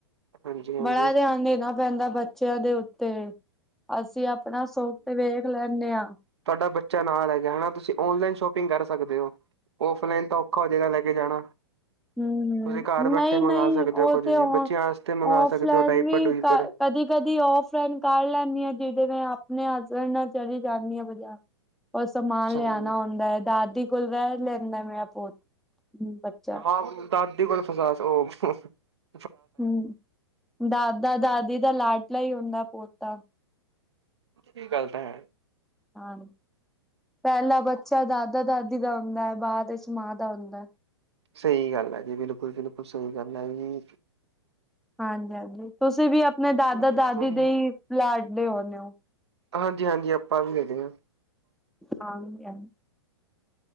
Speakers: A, on the right (about 70°); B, in the centre.
A: ਹਾਂਜੀ ਹਾਂਜੀ
B: ਬੜਾ ਧੇਆਨ ਦੇਨਾ ਪੈਂਦਾ ਬੱਚੇਆਂ ਦੇ ਉੱਤੇ, ਅਸੀਂ ਆਪਣਾ ਸੋੱਖ ਤੇ ਵੇਖ ਲੈਂਨੇ ਆਂ।
A: ਤੁਆਡਾ ਬੱਚਾ ਨਾਲ਼ ਹੈਗੈ ਹੈਣਾ ਤੁਸੀਂ ਔਨਲਾਈਨ ਸ਼ੋਪਿੰਗ ਕਰ ਸਕਦੇ ਓ, ਔਫਲਾਈਨ ਤਾਂ ਔਖਾ ਹੋ ਜੇਗਾ ਲ ਕੇ ਜਾਣਾ
B: ਹੂੰ-ਹੂੰ,
A: ਤੁਸੀਂ ਘਰ ਬੈਠੇ
B: ਨਈ-ਨਈ
A: ਮੰਗਵਾ ਸਕਦੇ ਹੋ
B: ਓ
A: ਕੁੱਝ
B: ਤੇ
A: ਵੀ
B: ਓ
A: ਬੱਚਿਆਂ ਵਾਸਤੇ ਮੰਗਵਾ
B: ਔਫਲਾਈਨ
A: ਸਕਦੇ ਹੋ ਡਾਈਪਰ
B: ਵੀ
A: ਡੂਈਪਰ
B: ਕ ਕਦੀ-ਕਦੀ ਔਫਲਾਈਨ ਕਾਰ ਲੈਂਨੀ ਆਂ ਜਿਦੇ ਮੈਂ ਆਪਨੇ ਹਸਬੈਂਡ ਨਾਲ ਚਲੀ ਜਾਂਨੀ ਆਂ ਬਜਾਰ। <inaudible> ਓ ਸਮਾਨ
A: ਅੱਛਾ
B: ਲੇਆਨਾ
A: ਜੀ,
B: ਹੋਂਦਾ ਐ ਦਾਦੀ ਕੋਲ ਰੈ ਲੈਂਦੈ ਮੇਰਾ ਪੋਤ ਬੱਚਾ
A: ਹਾਂ, ਦਾਦੀ ਕੋਲ ਫਸਾਤ ਓ <unintelligible>
B: ਹੂੰ, ਦਾਦਾ-ਦਾਦੀ ਦਾ ਲਾਟਲਾ ਈ ਹੋਂਦਾ ਪੋਤਾ।
A: ਏ ਗੱਲ ਤਾ ਹੈ।
B: ਹਾਂ, ਪੈਲਾਂ ਬੱਚਾ ਦਾਦਾ-ਦਾਦੀ ਦਾ ਹੁੰਦੈ ਬਾਦ 'ਚ ਮਾਂ ਦਾ ਹੁੰਦੈ।
A: ਸਈ ਗੱਲ ਐ ਜੀ ਬਿਲਕੁਲ-ਬਿਲਕੁਲ ਸਈ ਗੱਲ ਐ ਜੀ।
B: ਹਾਂਜੀ-ਹਾਂਜੀ, ਤੁਸੀਂ ਵੀ ਆਪਨੇ ਦਾਦਾ-ਦਾਦੀ
A: ਹੋਰ ਦੱਸੋ
B: ਦੇ ਈ ਲਾਡਲੇ ਹੋਨੇ ਓ।
A: ਹਾਂਜੀ -ਹਾਂਜੀ, ਆਪਾਂ ਵੀ ਹੈਗੇ ਆਂ।
B: <unintelligible>